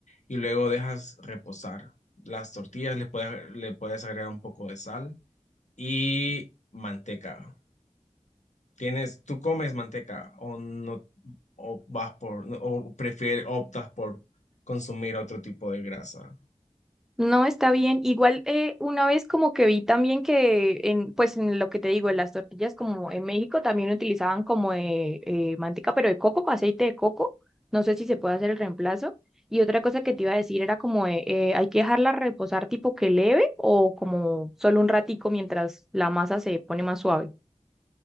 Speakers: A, on the left; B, in the centre.
A: y luego dejas reposar. Las tortillas le puedes, le puedes agregar un poco de sal y manteca. Tienes, tú comes manteca o no, o vas por, no, o prefieres, optas por consumir otro tipo de grasa.
B: No, está bien. Igual eh, una vez como que vi también que en, pues en lo que te digo, en las tortillas como en México también utilizaban como de, eh, manteca, pero de coco, aceite de coco. No sé si se puede hacer el reemplazo. Y otra cosa que te iba a decir era como de, eh, hay que dejarla reposar tipo que leve o como solo un ratico mientras la masa se pone más suave.